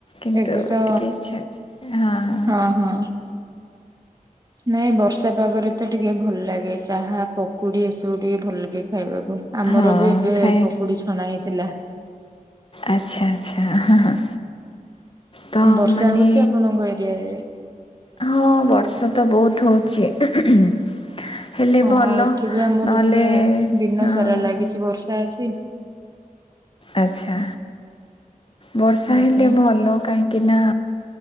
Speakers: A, on the left; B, on the right.
A: କିନ୍ତୁ
B: ଏବେ ତ
A: ଟିକେ ଇଚ୍ଛା ଅଛି ହଁ।
B: ହଁ ହଁ। ନାଇଁ ବର୍ଷା ପାଗରେ ତ ଟିକେ ଭଲ୍ ଲାଗେ ଚାହା ପକୁଡି ଏସବୁ ଟିକେ ଭଲ୍ ଲାଗେ ଖାଇବାକୁ। ଆମର
A: ହଁ
B: ବି ଏବେ
A: ଖାଏ
B: ପକୁଡି ଛଣା ହେଇଥିଲା।
A: ଆଚ୍ଛା ଆଚ୍ଛା ତ
B: ବର୍ଷା
A: ମାନେ
B: ହଉଛି ଆପଣଙ୍କ ଏରିଆରେ
A: ହଁ ବର୍ଷା ତ ବହୁତ୍ ହଉଛି। ହେଲେ
B: ହଁ
A: ଭଲ
B: ଏଠି ବି ଆମର
A: ନହେଲେ
B: ପୁରା ଦିନ
A: ହଁ
B: ସାରା ଲାଗିଚି ବର୍ଷା ଅଜି।
A: ଆଚ୍ଛା ବର୍ଷା
B: ଆଜ୍ଞା
A: ହେଲେ ଭଲ। କାହିଁକିନା